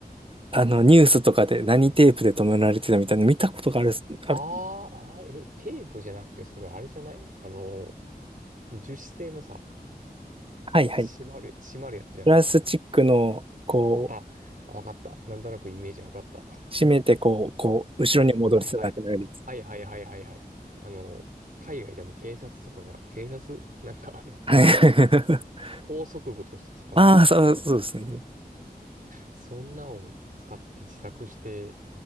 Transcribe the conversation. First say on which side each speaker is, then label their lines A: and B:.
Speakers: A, on the right (about 35°); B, on the right (about 60°).
A: あの、ニュースとかで何テープで止められてたみたいなの見たことがある、
B: あーあー、
A: ある、
B: え、テープじゃなくて、それあれじゃないあの、樹脂製のさ、
A: はいはい。
B: 閉まる、閉まるやつじゃなくて。
A: プラスチックの、こう、
B: あ、あわかった。なんとなくイメージわかった。<laughs> あの
A: 閉めて、こう、こう、後ろに戻るだけのようです。
B: はい、はい、はい。はいはいはいはいはい。あの、海外でも警察とかが、警察 <laughs> なんかあの、
A: はい。<laughs>
B: 拘束具として使われるやつ。
A: ああ、そう、そうですね。
B: そんなんを使って自作して